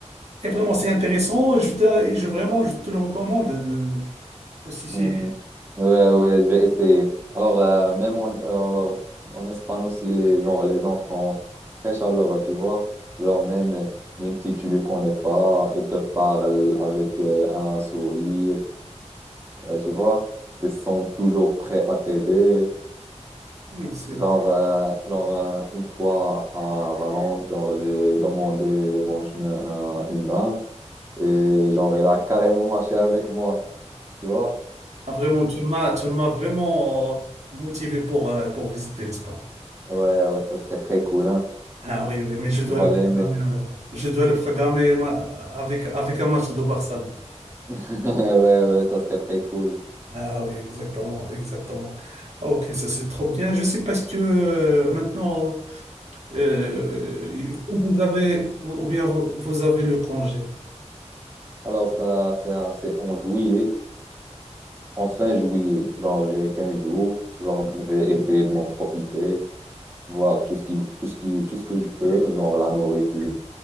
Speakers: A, on the right; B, on the right.
A: Et vraiment, c'est intéressant. et Je, t'a- et je vraiment, je te le recommande. De, aussi, c'est,
B: Mhm. Ouais, ouais, je vais essayer. Alors, euh, même en, alors, en Espagne aussi, les, genre, les gens sont très chaleureux, tu vois. Genre, même, même si tu ne les connais pas, ils te parlent avec euh, un sourire, euh, tu vois. Ils sont toujours prêts à t'aider.
A: c'est-
B: Genre, euh, genre euh, une fois à Valence, genre, j'ai demandé mon chemin à une dame et, genre, elle a carrément marché avec moi, tu vois.
A: ah, vraiment, tu m'as, tu m'as vraiment motivé pour, euh, pour visiter l'Espagne.
B: Ouais, ouais, ça serait très cool, hein.
A: Ah oui, oui, mais je dois
B: Tu vas
A: le
B: l'aimer.
A: programmer, euh, je dois le programmer ma- avec, avec un match de Barça.
B: <laughs> Ouais, ouais, ça serait très cool.
A: Ah oui, exactement, exactement. Ah, ok, ça c'est trop bien. Je sais parce que euh, maintenant, euh, vous avez, ou bien vous, vous avez le congé.
B: Alors, ça, c'est assez en juillet, en fin juillet. Genre, j'ai 15 jours. Genre, je vais essayer de m'en profiter, voir tout ce qui, tout ce qui, tout ce que je peux, genre la nourriture,